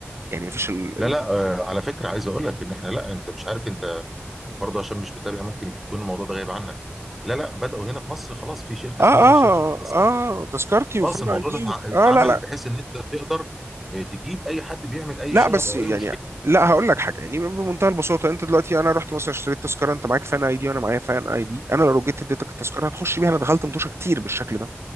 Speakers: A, on the right; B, in the centre.
A: يعني مفيش ال...
B: لا
A: ال...
B: لا آه، على فكره عايز اقول لك ان احنا لا انت مش عارف انت برضه عشان مش متابع ممكن يكون الموضوع ده غايب عنك لا لا بداوا هنا في مصر خلاص في شركه
A: اه
B: اسمها
A: اه
B: شركه تذكره
A: اه تذكرتي وفين
B: خلاص الموضوع
A: اي دي
B: ده اتع-
A: وك... اه
B: اتعمل
A: لا لا
B: بحيث ان انت تقدر آه، تجيب اي حد بيعمل اي
A: لا
B: شغب
A: بس
B: او
A: يعني
B: اي مشكله
A: لا هقول لك حاجه يعني بمنتهى البساطه انت دلوقتي انا رحت مثلا اشتريت تذكره انت معاك فان اي دي وانا معايا فان اي دي انا لو جيت اديتك التذكره هتخش بيها انا دخلت متوشه كتير بالشكل ده